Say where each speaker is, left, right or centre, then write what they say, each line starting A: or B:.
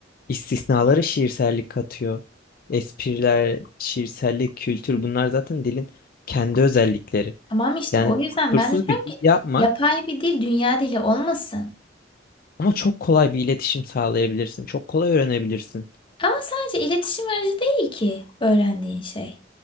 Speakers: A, on the left (about 50°); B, on the left (about 25°).
A: İstisnaları şiirsellik katıyor. Espriler, şiirsellik, kültür bunlar zaten dilin kendi özellikleri.
B: Tamam işte
A: Yani
B: o yüzden
A: kusursuz
B: ben de diyorum
A: bir
B: ki
A: dil yapmak
B: yapay bir dil dünya dili olmasın.
A: ama çok kolay bir iletişim sağlayabilirsin. Çok kolay öğrenebilirsin.
B: Ama sadece iletişim aracı değil ki öğrendiğin şey.